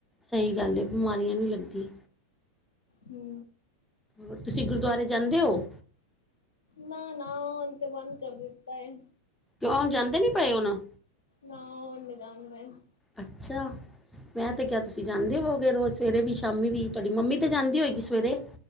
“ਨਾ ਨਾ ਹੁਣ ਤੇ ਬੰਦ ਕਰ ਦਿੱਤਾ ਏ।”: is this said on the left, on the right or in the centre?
Left